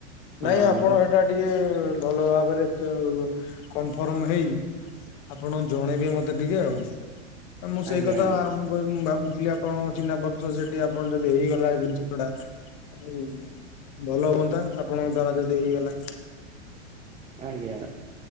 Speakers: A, on the right; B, on the left.
A: ହଁ
B: ନାଇଁ ଆପଣ
A: ଗୋ
B: ଏଇଟା ଟିକେ ଭଲ ଭାବରେ କନଫର୍ମ ହେଇ ଆପଣ ଜଣେଇବେ ମତେ ଟିକେ ଆଉ। ମୁଁ
A: ଆଜ୍ଞା
B: ସେଇ କଥାଁ
A: ଆଜ୍ଞା
B: ଭାବୁଛି ଦେିଲି ଆପଣ ଚିହ୍ନା ପଡ଼ଚ ସେଠି ଆପଣ ଯଦି ହେଇଗଲା ଜିନିଷ ଟା ହଉ ଭଲ ହୁଅନ୍ତା। ଆପଣଙ୍କ ଦ୍ଵାରା ଯଦି ହେଇଗଲା।
A: ଆଜ୍ଞା।